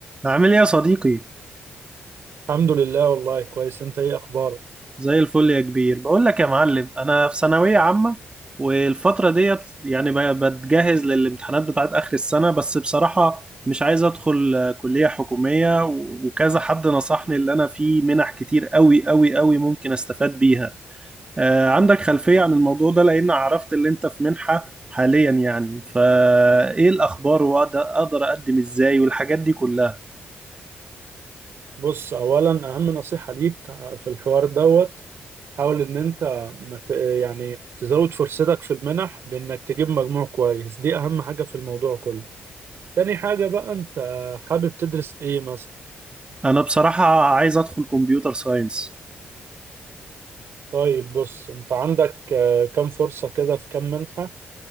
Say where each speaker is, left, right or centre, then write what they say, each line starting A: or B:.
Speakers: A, on the right; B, on the right.
A: عامل ايه يا صديقي
B: الحمد لله والله كويس انت ايه اخبارك
A: زي الفل يا كبير بقول لك يا معلم انا في ثانويه عامه والفتره ديت يعني ب- بتجهز للامتحانات بتاعت اخر السنه بس بصراحه مش عايز ادخل آه، كليه حكوميه و- وكذا حد نصحني اللي انا في منح كتير قوي قوي قوي ممكن استفاد بيها آه، عندك خلفيه عن الموضوع ده لان عرفت اللي انت في منحه حاليا يعني فايه الاخبار واقدر أقدر اقدم ازاي والحاجات دي كلها
B: بص اولا اهم نصيحة ليك في الحوار دوت حاول ان انت مت يعني تزود فرصتك في المنح بانك تجيب مجموع كويس دي اهم حاجة في الموضوع كله تاني حاجة بقى انت حابب تدرس ايه مثلا
A: انا بصراحه عايز ادخل كمبيوتر ساينس
B: طيب بص انت عندك آه، كام فرصة كده في كام منحة